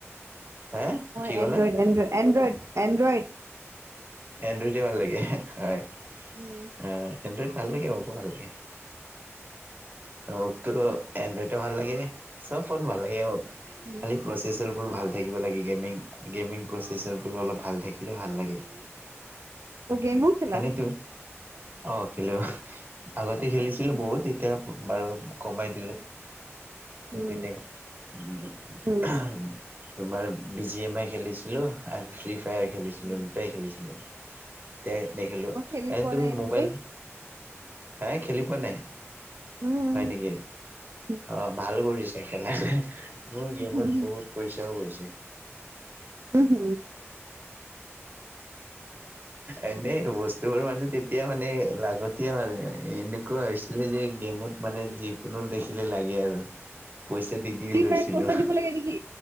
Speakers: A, on the right; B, on the right.
A: হা
B: মই
A: কি ক'লা?
B: এনড্ৰইড-এডই- এনড্ৰইড- এনড্ৰইড।
A: এনড্ৰইড ভাল লাগে, হয়।
B: উম।
A: অ, এনড্ৰইড ভাল লাগে, মোকো ভাল লাগে। মোকটো এনড্ৰইডো ভাল লাগে, চব ফোন ভাল লাগে মোক।
B: উম।
A: খালী প্ৰচেছাৰবোৰ ভাল থাকিব লাগে। গেমিং- গেমিং প্ৰচেচাৰবোৰ অলপ ভাল থাকিলে ভাল লাগে।
B: অ, গেমো খেলা
A: এনেত অ, খেলোঁ। আগতে খেলিছিলোঁ
B: উম
A: বহুত। এতিয়া বাৰু কমাই দিলে। <unintelligible>
B: উম উম
A: তোমাৰ বি জি এম আই খেলিছিলোঁ আৰু ফ্ৰী ফায়াৰ খেলিছিলোঁ,
B: উম।
A: দুটাই খেলিছিলোঁ, এতিয়াই নেখেলো।
B: মই খেলি
A: এনে
B: পোৱা
A: তুমি
B: নাই এইবোৰ
A: মোবাইল
B: দেই
A: হে খেলি পোৱা নাই?
B: উম
A: হয় নেকি?
B: উম
A: অ। বহুত হৈছে খেলা। মোৰ গেমত
B: উম
A: বহুত পইচাও গৈছে।
B: উম, হু।
A: এনেই বস্তুবোৰ মানে তেতিয়া মানে লাগ এতিয়া এনেকুৱা হৈছিলে যে, গেমত মানে যিকোনো দেখিলে লাগে আৰু। পইচা দি, দি
B: ফ্ৰী
A: লৈছিলো।
B: ফায়াৰত পইচা দিব লাগে নেকি